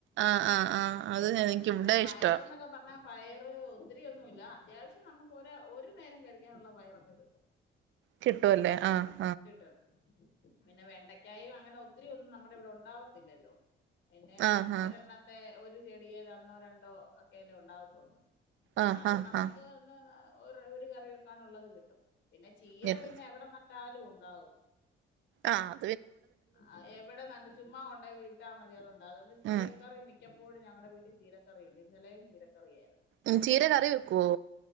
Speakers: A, on the right (about 70°); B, on the left (about 65°).
A: ആഹ് ആഹ് ആഹ് അത് എനിക്ക്
B: പിന്നെ
A: ഇവിടെ
B: പയർ
A: ഇഷ്ടാ
B: എന്നൊക്കെ പറഞ്ഞാ പയറ് ഒത്തിരി ഒന്നുല്ല അത്യാവശ്യം നമക്ക് ഒ ഒരു നേരം കഴി ക്കാന്ള്ള പയറൊക്കെ കേിട്ടും
A: കിട്ടുവ അല്ലേ ആഹ
B: ട്ട പിന്നെ വെണ്ടയ്ക്കായ അങ്ങനെ ഒത്തിരിയൊന്നും നമ്മുടെ ഇവിടെ ഉണ്ടാവത്തില്ലല്ലോ പിന്നെ
A: ആഹ്
B: ഒരെണ്ണത്തെ
A: ആഹ്
B: ഒരു ഒരു ചെടിയൽ ഒന്നോ രണ്ടോ ഒക്കെല്ലെ ഉണ്ടാവത്തുള്ളൂ
A: ആഹ്
B: അത്
A: ആഹ്
B: നമുക്ക്
A: ആഹ്
B: ഇന്ന് ഒരു കറി വെക്കാനുള്ളത് കിട്ടും പിന്നെ ചീര
A: ഗെറ്റ്
B: പിന്നെ എവിടെ ട്ടാൽ ഉണ്ടാവും
A: ആഹ
B: ആ എവിടെ നട്ട് ചുമ്മാ കൊണ്ട വിട്ടാ മതി അതണ്ടോ അതുകൊണ്ട് ചീരക്കറി
A: ഉം
B: മിക്കപ്പോഴും ഞങ്ങളടെ വീട്ടിൽ ചീരക്കറിയുണ്ട് ഇന്നലെയും ചീരക്കറിയായിരുന്നു
A: ഉ ചീര കറി വെക്കുവോ